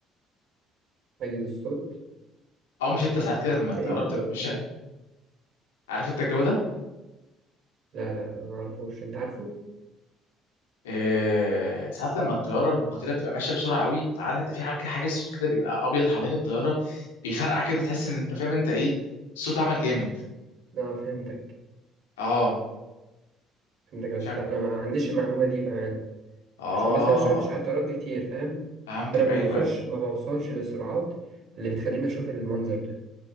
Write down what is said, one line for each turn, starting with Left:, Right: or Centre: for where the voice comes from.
Right: حاجز الصوت
Left: أو مش أنت ساعات كده لما الطيارة
Right: في إيه
Left: بتبقى
Right: بالظبط
Left: ماشية عارف أنت الجو ده؟
Right: لا لا ما أعرفوش أنت عارفه؟
Left: آه، ساعات لما الطياره المقاتله بتبقى ماشيه بسرعه قوي فعارف انت في حاجه حاجه الصوت كده بيبقى ابيض حوالين الطياره بيفرقع كده تحس ان انت فاهم انت ايه الصوت عمل جامد
Right: أه فهمتك
Left: اه
Right: فهمتك بس
Left: شك
Right: لا أنا ما عنديش المعلومة دي بأمانة
Left: اه
Right: عشان بس انا مشتغلتش على الطيارات دي كتير فاهم
Left: فهمتك
Right: فانا ما
Left: ايوه
Right: بوصلش
Left: ايوه
Right: ما بوصلش للسرعات اللي بتخليني اشوف المنظر ده